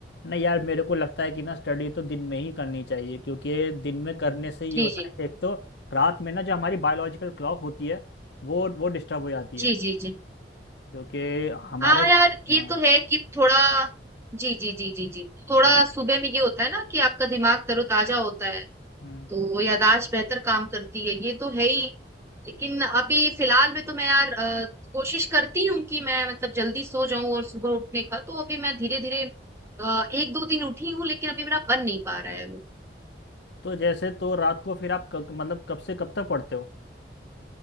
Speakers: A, on the left; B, on the right.
A: नहीं यार मेरे को लगता है कि ना स्टडी तो दिन में ही करनी चाहिए क्योंकि दिन में करने से ये
B: जी
A: होता
B: जी
A: है एक तो रात में ना जो हमारी बायोलॉजिकल क्लॉक होती है वो वो डिस्टर्ब हो जाती है
B: जी जी जी
A: क्योंकि हमारा
B: हाँ
A: एक-
B: यार ये
A: हाँ
B: तो है कि थोड़ा जी जी जी जी जी थोड़ा
A: क्योंकि
B: सुबह में ये होता है ना कि आपका दिमाग तरोताजा होता है
A: हम्म,
B: तो वो याददाश्त बेहतर काम करती है ये तो है ही लेकिन अभी फिलहाल में तो मैं यार अ, कोशिश करती हूँ कि मैं मतलब जल्दी सो जाऊं और सुबह उठने का तो अभी मैं धीरे धीरे एक दो दिन उठी हूँ लेकिन अभी मेरा बन नहीं पा रहा है
A: तो जैसे तो रात को फिर आप क, मतलब कब से कब तक पढ़ते हो